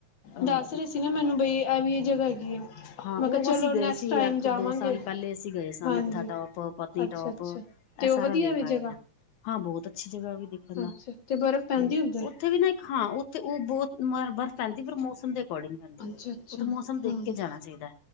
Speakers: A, on the left (about 70°); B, on the left (about 45°).
A: ਅਹ
B: ਦੱਸ ਰਹੇ ਸੀ ਨਾ ਮੈਨੂੰ ਬਈ ਐ ਵੀ ਇਹ ਜਗ੍ਹਾ ਹੈਗੀ ਏ
A: ਹਾਂ
B: ਮੈਂ
A: ਉਹ
B: ਕਿਹਾ ਚਲੋ
A: ਅਸੀਂ ਗਏ
B: ਨੈਕਸਟ
A: ਸੀ
B: ਟਾਈਮ
A: ਅੱਜ
B: ਜਾਵਾਂਗੇ।
A: ਤੋਂ ਦੋ ਸਾਲ ਪਹਿਲੇ ਅਸੀ ਗਏ ਸਾ
B: ਹਾਂਜੀ
A: ਨੱਥਾ ਟੋਪ, ਪਤਨੀ
B: ਅੱਛਾ
A: ਟੋਪ।
B: ਅੱਛਾ
A: ਇਹ
B: ਤੇ
A: ਸਾਰਾ
B: ਉਹ ਵਧੀਆ
A: ਵੇਖ
B: ਵੀ
A: ਆਏ
B: ਜਗ੍ਹਾ
A: ਆ, ਹਾਂ ਬਹੁਤ ਅੱਛੀ ਜਗ੍ਹਾ ਵੀ ਦੇਖਣ ਦਾ
B: ਅੱਛਾ ਤੇ ਬਰਫ਼ ਪੈਂਦੀ
A: ਤੇ
B: ਉੱਧਰ
A: ਓਥੇ ਵੀ ਨਾ ਇਕ ਹਾਂ ਓਥੇ ਓ ਬੋਤ ਮ ਬਰਫ਼ ਪੈਂਦੀ ਪਰ ਮੌਸਮ ਦੇ ਅਕੋਰਡਿੰਗ ਪੈਂਦੀਐ।
B: ਅੱਛਾ-ਅੱਛਾ
A: ਓਥੇ ਮੌਸਮ ਦੇਖ
B: ਹਾਂ,
A: ਕੇ ਜਾਣਾ ਚਾਹੀਦਾ।